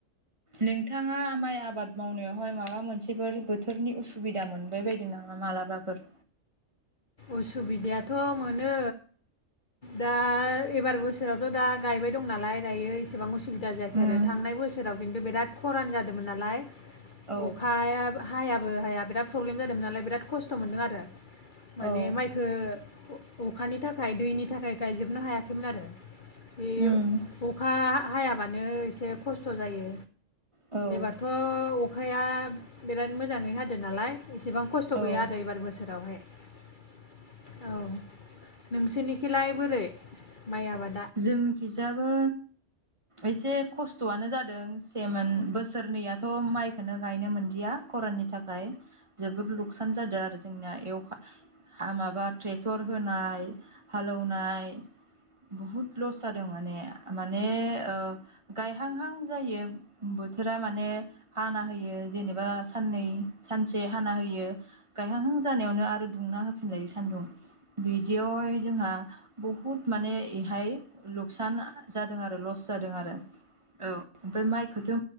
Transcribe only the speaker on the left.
उसुबिदायाथ' मोनो दा एबार बोसोरावथ' दा गायबाय दं नालाय दायो एसेबां उसुबिदा सुबिदा जायाखै
आरो थांनाय बोसोराव खिन्थु बिराद खरान जादोंमोन नालाय।
अखाया हायाबो हाया बिराद प्रब्लेम जादोंमोन नालाय बिराद खस्थ' मोनदों आरो। माने
माइखो अखानि थाखाय दैनि थाखाय गायजोबनो हायाखैमोन आरो। बे
अखा हायाबानो एसे खस्थ' जायो।
एबारथ' अख अखाया बिराद मोजाङै हादों नालाय। एसेबां खस्थ'
गैया आरो एबार बोसोरावहाय। औ नोंसोरनिखिलाय बोरै माइ आबाद